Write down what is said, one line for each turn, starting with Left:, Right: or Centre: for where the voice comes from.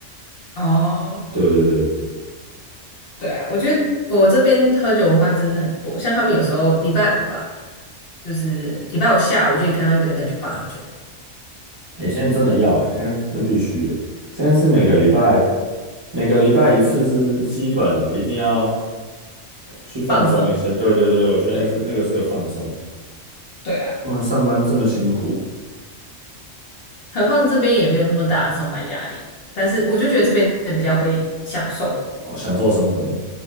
Left: 哦，
Right: 对对对，
Left: 对啊，我觉得我这边喝酒文化真的很多，像他们有时候礼拜五吧，就是礼拜五下午就可以看到一堆人在酒吧喝酒
Right: 哎、现在真的要哎、现在真必须欸、诶现在是每个礼拜每个礼拜一次是基本的，一定要去放松一下。
Left: 放松。
Right: 对对对，我觉得那是那个是个放松，
Left: 对。对啊。
Right: 不然上班这么辛苦
Left: 何况这边也没有那么大的上班压力，但是我就觉得这边的比较会享受，
Right: 哦，享受生活。